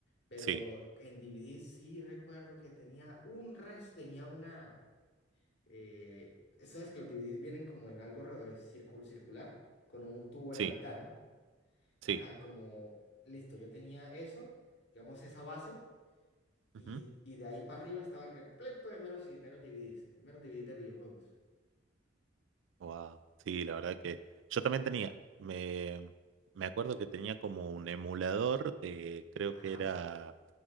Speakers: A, on the left; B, on the right.
A: Pero
B: Sí,
A: en DVD sí recuerdo que tenía un resto, tenía una... Eh, ¿sabes que los DVDs vienen como en algo re- eh, circul- circular? Con un tubo en
B: sí,
A: la mitad, ¿no?
B: sí.
A: Ajá, como, listo, yo tenía eso, digamos, esa base, y,
B: ujú.
A: y de ahí para arriba estaba repleto de meros, y- meros DVDs, de meros DVDs de videojuegos.
B: Wow, sí, la verdad que yo también tenía, me, me acuerdo que tenía como un emulador de, creo
A: Ajá.
B: que era...